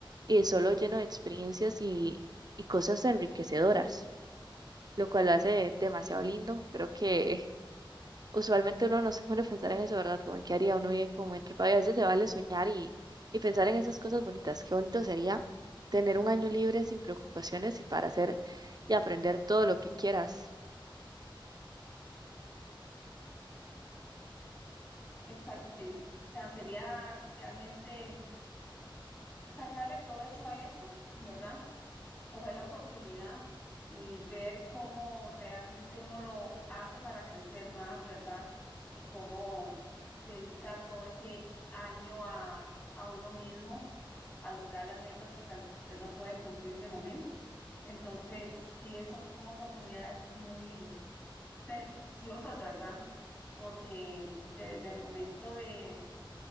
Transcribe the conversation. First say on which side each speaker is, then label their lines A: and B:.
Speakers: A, on the right; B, on the left.
A: y solo lleno de experiencias y, y cosas enriquecedoras, lo cual lo hace demasiado lindo. Creo que usualmente uno no se pone a pensar en eso, ¿verdad? Como en qué haría uno vive como entre país. A veces se vale soñar y, y pensar en esas cosas bonitas. Qué bonito sería tener un año libre sin preocupaciones y para hacer y aprender todo lo que quieras.
B: Exactamente. O sea, sería realmente sacarle provecho a eso, ¿verdad? coger la oportunidad y ver cómo realmente uno lo hace para crecer más, ¿verdad? Y cómo dedica todo ese año a, a uno mismo a lograr las metas que tal vez no puede cumplir de momento. Entonces, sí, eso son oportunidades muy beneficiosas, ¿verdad? Porque desde el momento de,